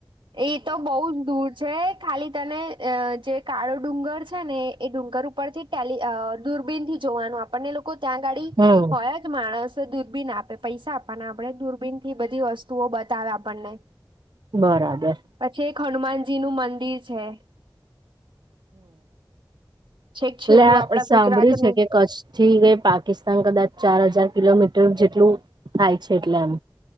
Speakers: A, on the right; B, on the right.
A: એ તો બઉુ જ દૂર જે ખાલી તને અ જે કાળો ડુંગર છે ને એ ડુંગર ઉપરથી પેલી અ દૂરબીનથી જોવાનું આપણને એ લોકો ત્યાં ગાડી
B: હમ
A: હોય જ. માણસ દૂરબીન આપે, પૈસા આપવાના આપણે, દૂરબીનથી બધી વસ્તુઓ બતાવે આપણને.
B: બરાબર.
A: પછે એક હનુમાનજીનું મંદિર છે. <inaudible> છેક
B: પેલા
A: છેલ્લું આપડા
B: અ સાંભળ્યું
A: ગુજરાત નું
B: છે કે કચ્છથી કે પાકિસ્તાન કદાચ ચાર હજાર કિલોમીટર જેટલું થાય છે એટલે એમ.